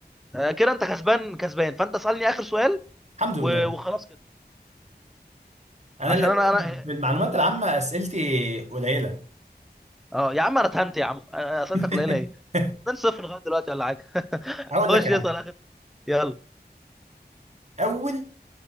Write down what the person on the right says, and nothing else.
الحمد لله
انا
للاسف
بالمعلومات العامه اسئلتي قليله
<laughs>
هقول
لك يا
عم
اول